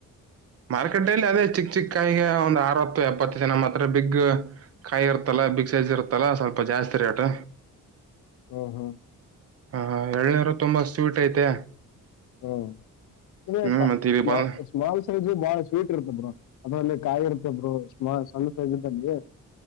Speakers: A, on the right; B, on the left.
A: ಮಾರ್ಕೆಟ್ ಅಲ್ಲಿ ಅದೇ ಚಿಕ್ ಚಿಕ್ಕ ಕಾಯ್ಗೆ ಒಂದ್ ಅರವತ್ತು ಎಪ್ಪತ್ತು ಜನ ಮಾತ್ರ ಬಿಗ್ ಕಾಯಿ ಇರ್ತಲ್ಲ. ಬಿಗ್ ಸೈಜ್ ಇರುತ್ತಲ್ಲ ಸ್ವಲ್ಪ ಜಾಸ್ತಿ ರೇಟ್.
B: ಹ್ಮ್ ಹೌದು
A: ಹಾ ಎಳ್ನೇರು ತುಂಬಾ ಸ್ವೀಟ್ ಐತೆ.
B: ಹ್ಮ್ <unintelligible>
A: ಹ್ಮ್ ಮತ್ತೆ ಇಲ್ಲಿ ಬಂದ
B: ಸ್ಮಾಲ್ ಸೈಜು ಬಾಳ ಸ್ವೀಟ್ ಇರುತ್ರೆ ಬ್ರೋ ಅದ್ರಲ್ಲಿ ಆಗಿರುತ್ತ ಬ್ರೋ ಸ್ಮಾಲ್ ಸಣ್ಣ್ ಸೈಜ್ ಇದಲ್ಲಿ